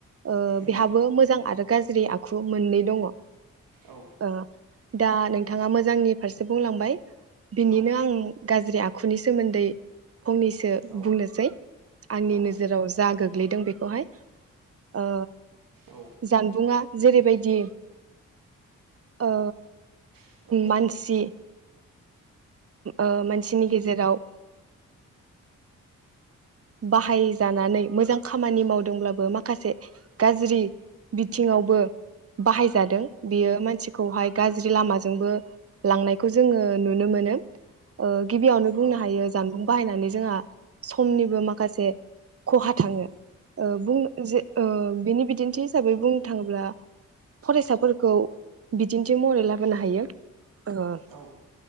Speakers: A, on the right (about 45°); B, on the right (about 80°).
A: ओ
B: उम
A: बेहाबो मोजां आरो गाज्रि आखु मोननै दङ ओ
B: औ
A: दा नोंथाङा मोजांनि फारसे बुंलांबाय बिनिनो
B: औ
A: आं गाज्रि आख खुनि सोमोन्दै फंनैसो
B: औ
A: बुंनोसै आंनि
B: औ
A: नोजोराव जागो गोग्लैदों बेखौहाय ओ
B: औ
A: जानबुंआ जेरैबायदि ओ
B: औ
A: मानसि ओ मानसिनि गेजेराव बाहायजानानै मोजां खामानि मावद दोंब्लाबो माखासे गाज्रि बिथिङावबो बाहायजादों बियो मानसिखौहाय गाज्रि लामाजोंबो लांनायखौ जोङो नुनो मोनो ओ गिबियावनो बुंनो
B: औ
A: हायो जानबुं बाहायनानै जोंहा समनिबो माखासे खहा थाङो ओ बुं जे ओ बिनि बिदिन्थि हिसाबै बुंनो थाङोब्ला फरायसाफोरखौ बिदिन्थि महरै लाबोनो हायो। ओ
B: औ